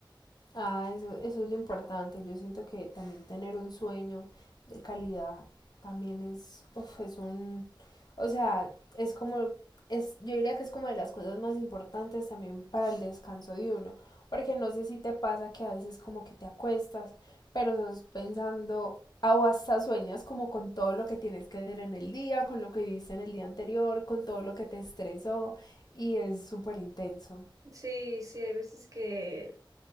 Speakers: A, on the left (about 50°); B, on the right (about 40°).
A: Ah, eso, eso es lo importante. Yo siento que también tener un sueño de calidad también es, uf, es un, o sea, es como, es, yo diría que es como de las cosas más importantes también para el descanso de uno, porque no sé si te pasa que a veces como que te acuestas, pero sos pensando ah, o hasta sueñas como con todo lo que tienes que hacer en el día, con lo que viviste en el día anterior, con todo lo que te estresó y es súper intenso.
B: Sí, sí, hay veces que,